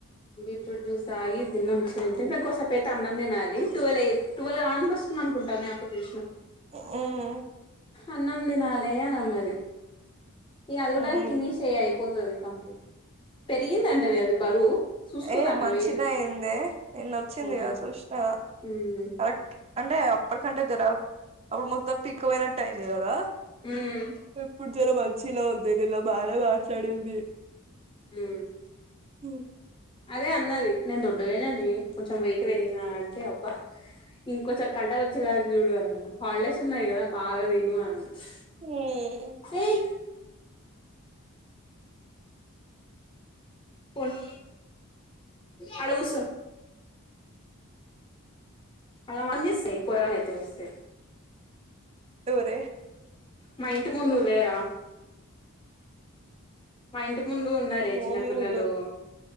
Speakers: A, on the left (about 20°); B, on the right (about 25°).
A: బీట్రూట్ జ్యూస్ తాగి ఇదితిన్న మిక్సర్ తింటే దగ్గు వస్తాది పేతా అన్నం తినాలి టువెలే టువల్ కావడానికి వ స్తుంది అనుకుంటానే అప్పుడు చూసిన
B: ఉమ్మ్
A: అన్నం తినాలే అన్నది ఇగ అదిగుడా
B: ఉమ్.
A: తినేసేయ్ అయిపోతది కంప్లీట్ పెరిగిందంటనే అది బరువు చూసుకోదంట
B: ఏం మంచిగానే
A: వెయిట్
B: అయిందె నిన్న వచ్చిందిగా
A: ఆ
B: చూసిన
A: ఉమ్
B: అట్ అంటే అప్పటికంటే జర అప్పుడు మొత్తం పీకపోయినట్టు అయింది కదా
A: ఉమ్
B: ఇప్పుడు జర మం చిలోవుందే నిన్న బానే మాట్లాడింది
A: ఉమ్మ్
B: హ్మ్
A: అదే అన్నది నేను దొడ్డుగయిననే కొంచెం వెయిట్ పెరిగిన అంటే అబ్బా ఇంకోచ కండలు వచ్చేలా చుడు అనిఅన్న హాలిడేస్ ఉన్నాయి కదా బాగా తిను అని అన్న
B: హుమ్మ్
A: ఏయ్ కోన్ ఆడ కూసో ఆగమాగం చేస్తాయ్ ఈపోరగాన్ని అయితే వస్తే
B: ఎవరే
A: మాఇంటి ముందు లేరా మా ఇంటి ముందు ఉన్నారే
B: మీ
A: చిన్నపిల్లలు
B: మమ్మీ ముందు